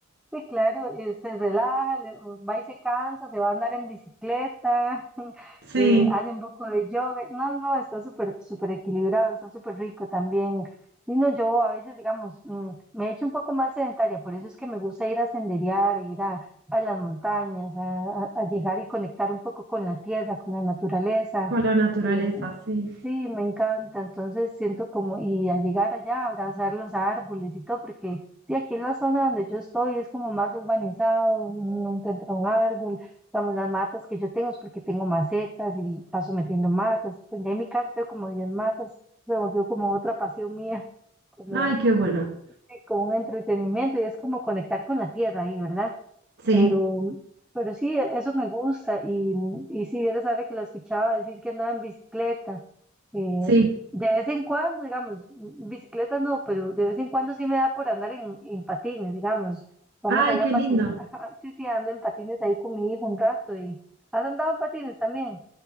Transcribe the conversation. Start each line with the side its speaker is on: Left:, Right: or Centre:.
Centre: sí, claro, eh, se relaja, le- va y se cansa, se va a andar en bicicleta, <laughs>
Right: Sí,
Centre: eh, hace un poco de yoga, no, no, está súper, súper equilibrado, está súper rico también. Y no, yo a veces, digamos, mm, me he hecho un poco más sedentaria, por eso es que me gusta ir a senderear, ir a, a las montañas, a, a- a llegar y conectar un poco con la tierra, con la naturaleza.
Right: Con la naturaleza,
Centre: eh,
Right: sí.
Centre: Sí, me encanta. Entonces siento como, y a llegar allá, abrazar los árboles y todo, porque y aquí en la zona donde yo estoy es como más urbanizado, no encuentro un árbol, digamos, las matas que yo tengo es porque tengo macetas y paso metiendo matas. Pues ya en mi casa tengo como 10 matas, se volvió como otra pasión mía, como,
Right: Ay, qué bueno.
Centre: sí, como un entretenimiento y es como conectar con la tierra ahí, ¿verdad?
Right: Sí,
Centre: Pero, pero sí, e- eso me gusta. Y, y si vieras ahora que la escuchaba decir que andaba en bicicleta, eh,
Right: sí.
Centre: de vez en cuando, digamos, mm, bicicleta no, pero de vez en cuando sí me da por andar en, en patines, digamos. Vamos
Right: Ay,
Centre: allá
Right: qué
Centre: a patinar.
Right: lindo.
Centre: <laughs> Sí, sí, ando en patines ahí con mi hijo un rato. Y, ¿has andado en patines también?